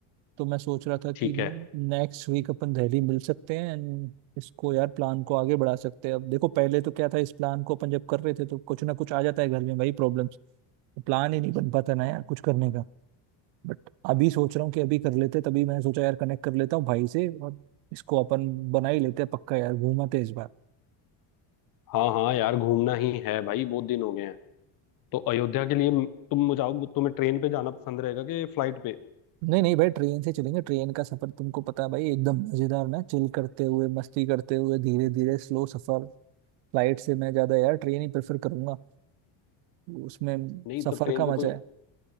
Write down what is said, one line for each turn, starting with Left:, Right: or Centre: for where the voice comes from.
Right: तो मैं सोच रहा था कि
Left: ठीक है
Right: नेक्स्ट वीक अपन दिल्ली मिल सकते हैं एंड इसको यार प्लान को आगे बढ़ा सकते हैं अब देखो पहले तो क्या था इस प्लान को अपन जब कर रहे थे तो कुछ ना कुछ आ जाता है घर में भाई प्रॉब्लम्स प्लान ही नहीं बन पाता ना यार कुछ करने का बट अभी सोच रहा हूँ कि अभी कर लेते तभी मैंने सोचा यार कनेक्ट कर लेता हूँ भाई से और इसको अपन बना ही लेते हैं पक्का यार घूमाते हैं इस बार
Left: हाँ हाँ यार घूमना ही है भाई बहुत दिन हो गए हैं तो अयोध्या के लिए तुम मुझे आओ तुम्हें ट्रेन पे जाना पसंद रहेगा कि फ्लाइट पे
Right: नहीं नहीं भाई ट्रेन से चलेंगे ट्रेन का सफर तुमको पता है भाई एकदम मजेदार ना चिल करते हुए मस्ती करते हुए धीरे धीरे स्लो सफर फ्लाइट से मैं ज्यादा यार ट्रेन ही प्रेफर करूंगा उसमें
Left: नहीं
Right: सफर
Left: तो ट्रेन
Right: का
Left: पे
Right: मजा
Left: कोई
Right: है